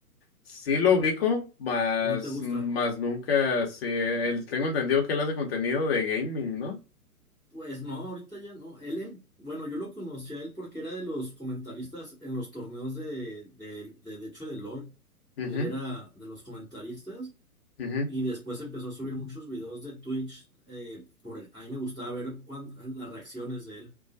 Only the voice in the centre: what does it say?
¿No te gusta?
Pues no, ahorita ya no. Él, em- bueno, yo lo conocí a él porque era de los comentaristas en los torneos de, de, de, de hecho, de LOL.
Él era de los comentaristas
Y después empezó a subir muchos videos de Twitch. eh, por, a mí me gustaba ver cuán- las reacciones de él